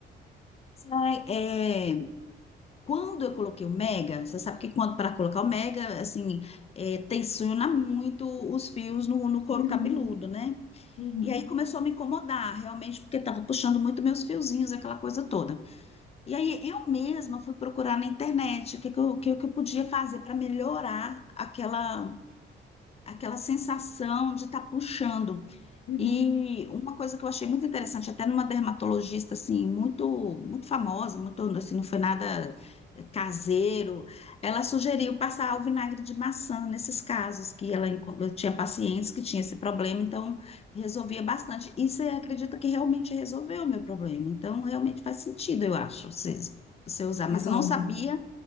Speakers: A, on the left; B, on the left.
A: Sai, é, quando eu coloquei o Mega, você sabe que quando para colocar o Mega, assim, é, tensiona muito os fios no, no couro
B: Uhum,
A: cabeludo, né?
B: uhum,
A: E aí começou a me incomodar, realmente, porque estava puxando muito meus fiozinhos, aquela coisa toda. E aí eu mesma fui procurar na internet o que, que, eu, o que, que eu podia fazer para melhorar aquela, aquela sensação de estar puxando.
B: uhum.
A: E uma coisa que eu achei muito interessante, até numa dermatologista assim, muito muito famosa, muito assim, não foi nada caseiro, ela sugeriu passar o vinagre de maçã nesses casos que ela enco- tinha pacientes que tinham esse problema, então resolvia bastante. E você acredita que realmente resolveu o meu problema? Então realmente faz sentido, eu acho, você, você usar, mas
B: Resolve.
A: eu não sabia